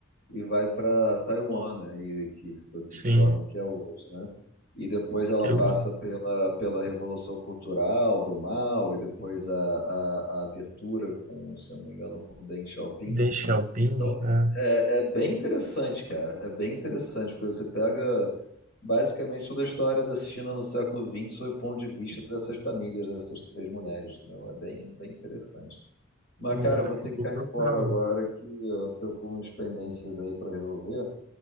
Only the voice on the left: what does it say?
e vai para Taiwan, né? E que se, to- que
se torna o que é hoje, né? E depois ela
passa pela, pela Revolução Cultural do Mao e depois a, a, a abertura com, se eu não me engano, com Deng Xiaoping.
Então,
é, é bem interessante, cara. É bem interessante, porque você pega basicamente toda a história da China no século XX sob o ponto de vista dessas famílias, dessas três mulheres, entendeu? É bem, bem interessante. Mas,
cara, eu vou ter que
cair
fora agora
que eu tô com umas pendências aí para resolver.